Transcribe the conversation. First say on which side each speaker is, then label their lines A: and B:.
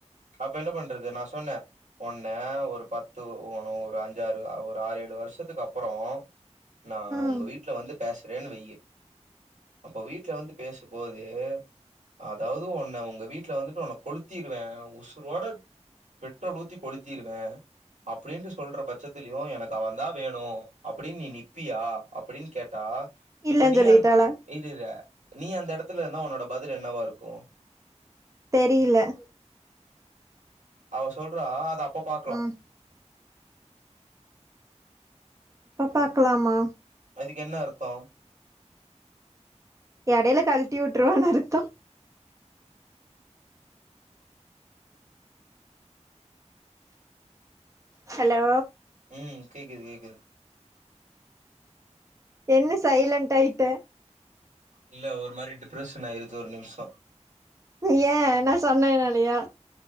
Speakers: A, on the right; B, on the right.
A: அப்ப என்ன பண்றது நா சொன்னே ஒன்ன ஒரு பத்து ஓண அஞ்சாறு ஒரு ஆறு ஏழு வருஷத்துக்கு அப்பறோ நா
B: ம்
A: உங்க வீட்ல வந்து பேச ரேனு வை அப்ப வீட்ல வந்து பேசும்போது அதாவது உன்ன உங்க வீட்ல வந்துட்டு கொளுத்திருவே உசு உசுரோட பெட்ரோல் ஊத்தி கொளுத்திருவே அப்டின்னு சொல்ற பட்சத்திலயு எனக்கு க் அவந்தா வேணு அப்டின்னு நீ நிப்பியா அப்டின்னு கேட்டா
B: இல்லன்னு
A: இப்ப நீ
B: சொல்லிட்டாளா
A: அ இருரு நீ அந்த இடத் த்துல இருந்தா உன்னோட பதில் என்னவா இருக்கு
B: தெரில
A: அவ சொல்றா அது அப் அப்ப பாக்கலாம்
B: ம் அப்ப பாக்கலாமா
A: அதுக்கு என்ன அர்த்தோ
B: எடையில கழட்டி விட்டுருவான்னு அர்த்தம் ஹலோ
A: உம் கேக்குது கேக்குது
B: என்ன சைலன்ட் ஆயிட்ட
A: இல்ல ஒரு மாரி டிப்ரஷன் ஆயிருச்சு ஒரு நிமிஷம்
B: ஏ நா சொன்னேன் நாலயா